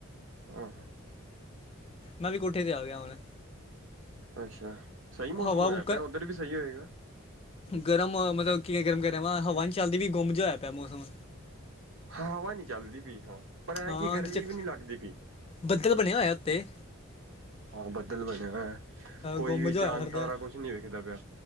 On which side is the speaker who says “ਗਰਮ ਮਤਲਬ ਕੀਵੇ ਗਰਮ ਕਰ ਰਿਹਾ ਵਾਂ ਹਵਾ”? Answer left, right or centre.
Left